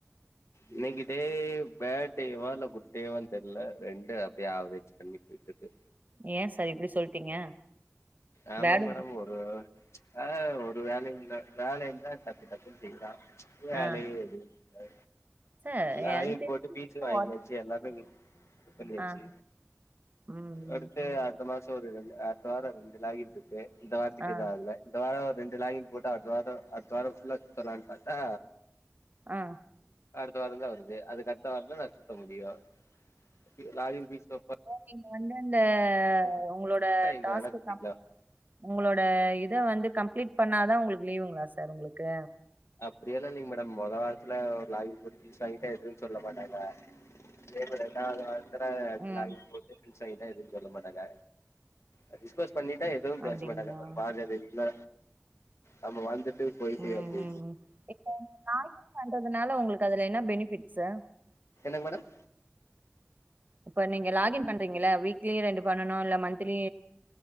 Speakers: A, on the left (about 85°); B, on the right (about 40°).
A: இன்னிக்கு டே பேட் டேவா இல்ல குட் டேவான்னு தெர்ல ரெண்டு அப்டே ஆவுரேஜ் பண்ணி போயிற்றுக்கு
B: ஏ சார் இப்டி சொல்ட்டீங்க
A: ஆமாங்
B: பேடு
A: மேடம் ஒரு ச்ச ஆ ஒரு வேலயு த வேல இருந்தா டக்கு டக்குன்னு செய்லா ச்ச வேலயே
B: ஆ
A: எதுவு ஆ
B: சார்
A: லாகின்
B: எனக்கு தெரிஞ்சு
A: போட்டு பீச்சு வாங்கியாச்சு
B: ஒர்க்
A: எல்லாமே இங்க பண்ணியாச்சு
B: ஆ ம் ம்
A: அடுத்து அ இந்த மாசோ ஒரு ரெண்டு ஆ இந்த வார ரெண்டு லாகின் இர்க்கு இந்த வார்திக்கு
B: ஆ
A: எதோ ஆகல இந்த வாரோ ரெண்டு லாகின் போட்டா அடுத்த வார அடுத்த வார ஃபுல்லா <unintelligible> லான் பாத்தா
B: ஆ
A: அடுத்த வாரோந்தா வருது அதுக்கட்த்த வார்தா நா சுத்த முடியு பீ லாகின் <unintelligible>
B: நீங் வந்தந்த உங்ளோட
A: எங்க
B: டாஸ்க்கு
A: வேணா சுத்திக்கலாம்
B: கம் உங்ளோட இத வந்து கம் ப்ளீட் பண்ணாதா உங்களுக்கு லீவுங்ளா சார் உங்களுக்கு
A: அப்பிடியெல்லா இல்லைங்க மேடம் மொத வாரத்துல ஒரு லாகின் போட்டு ஃபீஸ் வாங்கிட்டா எதுவு சொல்ல மாட்டாங்க அதேமாறி ரெண்டாவது வார த்துல
B: ம்
A: லாகின் போட்டு பிரண்ட்ஸ் வாங்கிட்டா எதுவு சொல்ல மட்டாங்க அ டிஸ்பஸ் பண்ணிட்டா எதுவு பேச
B: அப்டிங்களா
A: மாட்டாங்க ஒரு பாஞ்சா தேதி இல்ல நம்ம வந்து போய்ட்டே
B: ம்
A: அப்டி
B: ம் இப்ப லாகின் பண்றதுனால உங்களுக்கு அதுல என்ன பெனிபிட்ஸு
A: என்னங்க மேடம்
B: இப்ப நீங்க லாகின் பண்றீங்கள்ள வீக்லி ரெண்டு பண்ணனு இல்ல மன்த்லி